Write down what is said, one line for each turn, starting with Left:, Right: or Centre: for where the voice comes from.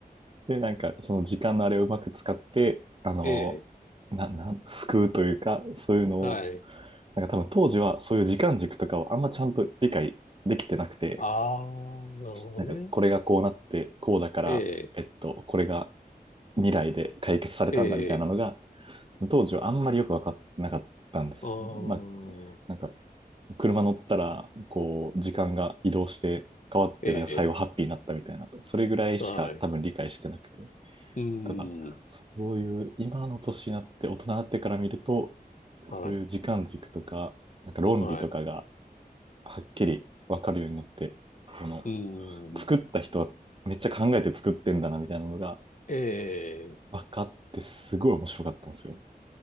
Right: で、なんか、その時間のあれをうまく使って、あの、
Left: ええ。
Right: な、なん、救うというか、そういうのを、
Left: はい。
Right: なんか多分当時はそういう時間軸とかをあんまちゃんと理解できてなくて、
Left: ああ、なるほどね。
Right: なんかこれがこうなって、こうだから、
Left: ええ、
Right: えっと、これが未来で解決されたんだみたいなのが、
Left: ええ
Right: 当時はあんまりよく分かってなかったんですよね。
Left: ああ、
Right: まあ、なんか、車乗ったら、こう、時間が移動して変わって、
Left: え、
Right: なんか最後ハッピーになったみたいな、
Left: え
Right: それぐらいしか多分理解してなくて。
Left: え、はい。うー
Right: ただ、
Left: ん、
Right: そういう今の年になって、大人になってから見ると、そういう時間軸とか、
Left: はい、
Right: なんか論理とかが
Left: はい。
Right: はっきりわかるようになって、その、
Left: うーん、
Right: 作った人はめっちゃ考えて作ってんだなみたいなのが
Left: ええ、
Right: 分かって、すごい面白かったんですよ。